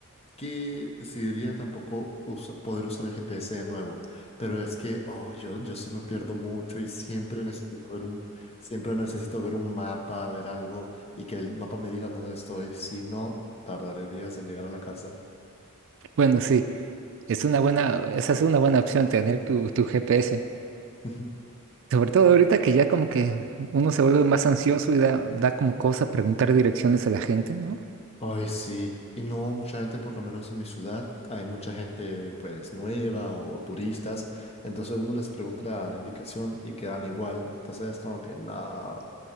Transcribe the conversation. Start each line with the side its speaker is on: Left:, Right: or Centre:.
Left: que decidiría tampoco usa- poder usar el GPS de nuevo, pero es que oh, yo, yo sí me pierdo mucho y siempre necesito ver un, siempre necesito ver un mapa, ver algo y que el mapa me diga dónde estoy, si no, tardaré días en llegar a la casa.
Right: Bueno, sí, es una buena, esa es una buena opción tener tu, tu GPS.
Left: <laughs>
Right: Sobre todo ahorita que ya como que uno se vuelve más ansioso y da, da como cosa preguntar direcciones a la gente, ¿no?
Left: Ay, sí, y no mucha gente, por lo menos en mi ciudad, hay mucha gente pues nueva o turistas, entonces uno les pregunta la indicación y quedan igual, entonces es como que no.